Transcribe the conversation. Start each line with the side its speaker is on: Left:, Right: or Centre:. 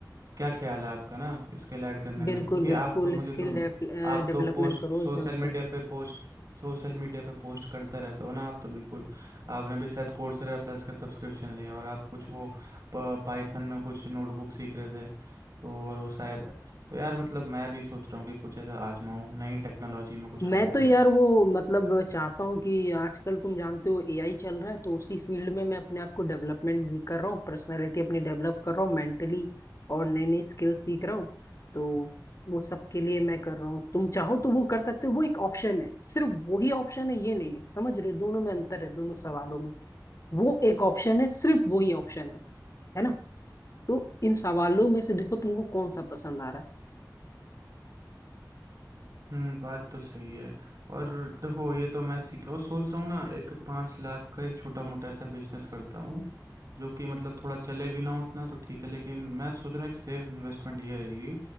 Right: क्या ख्याल है आपका ना इसके ऐड करने
Left: बिल्कुल
Right: में क्योंकि
Left: बिल्कुल
Right: आपको मुझे
Left: स्किल
Right: तो
Left: डेवलपमेंट
Right: आप तो पोस्ट
Left: करो
Right: सोशल
Left: एकदम
Right: मीडिया
Left: से
Right: पे पोस्ट सोशल मीडिया पे पोस्ट करते रहते हो ना आप तो बिल्कुल आपने भी शायद कोर्सेरा प्लस का सब्सक्रिप्शन लिया और आप कुछ वो पाइथन में कुछ नोटबुक सीख रहे थे तो और वो शायद तो यार मतलब मैं भी सोच रहा हूँ कि कुछ ऐसा आजमाऊँ नई टेक्नोलॉजी में कुछ
Left: मैं
Right: हाथ मारूं
Left: तो यार वो मतलब चाहता हूँ कि आजकल तुम जानते हो एआई चल रहा है तो उसी फील्ड में मैं अपने आप को डेवलपमेंट भी कर रहा हूँ पर्सनालिटी अपनी डेवलप कर रहा हूँ मेंटली और नई नई स्किल सीख रहा हूँ तो वो सब के लिए मैं कर रहा हूँ तुम चाहो तो वो कर सकते हो वो एक ऑप्शन है सिर्फ वही ऑप्शन है ये नहीं है समझ रहे हो दोनों में अंतर है दोनों सवालों में वो एक ऑप्शन है सिर्फ वही ऑप्शन है है ना तो इन सवालों में से देखो तुमको कौन सा पसंद आ रहा है
Right: हम्म बात तो सही है और देखो ये तो मैं सीख रहा हूँ सोच रहा हूँ ना एक पाँच लाख का एक छोटा मोटा ऐसा बिजनेस करता हूँ जो कि मतलब थोड़ा चले भी ना उतना तो ठीक है लेकिन मैं सोच रहा हूँ एक सेफ इन्वेस्टमेंट ये रहेगी